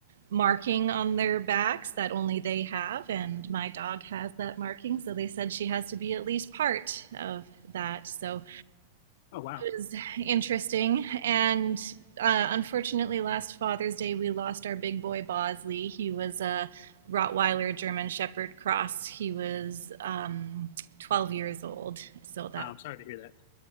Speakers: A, on the right; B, on the left.
A: marking on their backs that only they have, and my dog has that marking, so they said she has to be at least part of that. So
B: Oh wow.
A: was interesting. And uh, unfortunately, last Father's Day, we lost our big boy Bosley. He was a Rottweiler German Shepherd cross. He was um, 12 years old. So that,
B: Uh, I'm sorry to hear that.